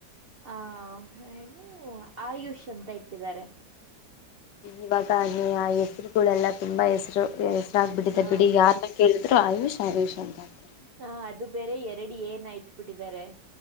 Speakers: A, on the right; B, on the left.
A: ಆ ಏನು ಆಯುಷ್ ಅಂತ ಇಟ್ಟಿದ್ದಾರೆ
B: ಇವಾಗ ಆ ಹೆಸರುಗಳೆಲ್ಲ ತುಂಬಾ ಹೆಸರು ಹೆಸರಾಗ್ಬಿಟ್ಟಿದೆ
A: ಹಾ
B: ಬಿಡಿ ಯಾರನ್ನ ಕೇಳಿದ್ರು ಆಯುಷ್ ಆಯುಷ್ ಅಂತ ಅಂತಾರೆ
A: ಹ ಅದು ಬೇರೆ ಎರಡು ಏನ್ ಆಟ್ ಬಿಿಟ್ಟಿದ್ದಾರೆ